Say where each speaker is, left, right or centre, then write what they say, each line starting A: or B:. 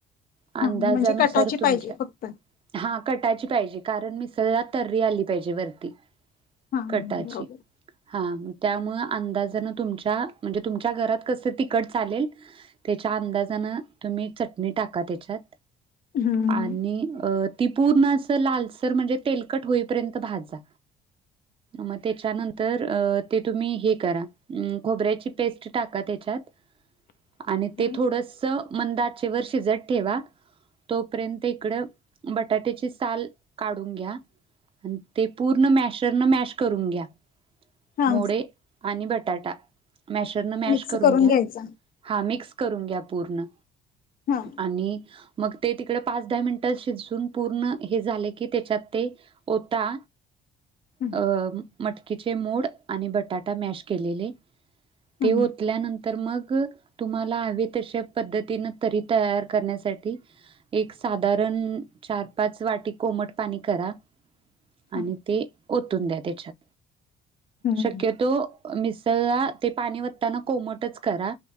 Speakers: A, on the right; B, on the left.
A: अंदाजानुसार
B: हा म्हणजे कटाची
A: तुमच्या.
B: पाहिजे फक्त
A: हा कटायची पाहिजे कारण मिसळला तर्री आली पाहिजे वरती.
B: हा हम्म,
A: कटाची.
B: बरोबर
A: हां, म त्यामुळ अंदाजान तुमच्या, म्हणजे तुमच्या घरात, कसं तिकट चालेल त्यच्या अंदाजानं, तुम्ही चटणी टाका त्याच्यात,
B: हम्म
A: आणि ती पूर्ण असं लालसर, म्हणजे तेलकट होईपर्यंत, भाजा. मग त्याच्यानंतर, अ ते तुम्ही, हे करा म खोबऱ्याची पेस्ट, टाका त्याच्यात.
B: <inaudible>
A: आणि ते
B: हम्म
A: थोडंसं, मंद आचेवर शिजत ठेवा, तोपर्यंत इकड बटाट्याची साल, काढून घ्या. अन, ते पूर्ण मॅशरन, मॅश करून घ्या.
B: हा
A: मोडे आणि बटाटा, मॅशरन, मॅश
B: मिक्स
A: करून घ्या,
B: घ्यायचा
A: हां मिक्स करून घ्या, पूर्ण.
B: ह्म.
A: आणि, मग ते तिकड, पाच-दहा मिनटं, शिजून पूर्ण, हे झाले की, त्याच्यात ते ओता.
B: हम्म
A: अ मटकीचे मोड, आणि बटाटा मॅश केलेले
B: हम्म
A: ते ओतल्यानंतर मग, तुम्हाला हवे तशा पद्धतीन, तरी तयार करण्यासाठी एक साधारण, चार-पाच वाटी, कोमट पाणी करा.
B: हा
A: आणि ते ओतून द्या, त्याच्यात.
B: हम्म
A: शक्यतो
B: हम्म.
A: मिसळला, ते पाणी ओतताना, कोमटच करा.